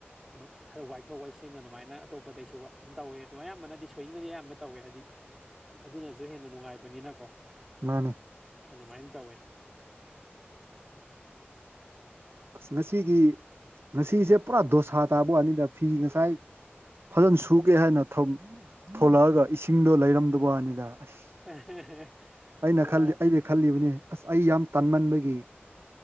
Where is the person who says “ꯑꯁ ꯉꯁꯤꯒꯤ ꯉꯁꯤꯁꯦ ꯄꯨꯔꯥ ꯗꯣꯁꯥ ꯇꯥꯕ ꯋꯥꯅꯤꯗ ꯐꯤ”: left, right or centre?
Right